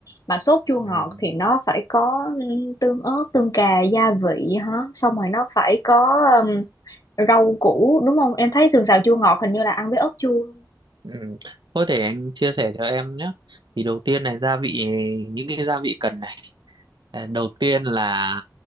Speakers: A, on the left; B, on the right.
A: Mà sốt chua ngọt
B: Ừ.
A: thì nó phải có ừm, tương ớt, tương cà, gia vị hả? Xong rồi nó phải có ừm, rau củ đúng không? Em thấy sườn xào chua ngọt hình như là ăn với ớt chua.
B: Ừ. Thôi để anh chia sẻ cho em nhé. Thì đầu tiên này gia vị những cái gia vị cần Ờ, đầu tiên là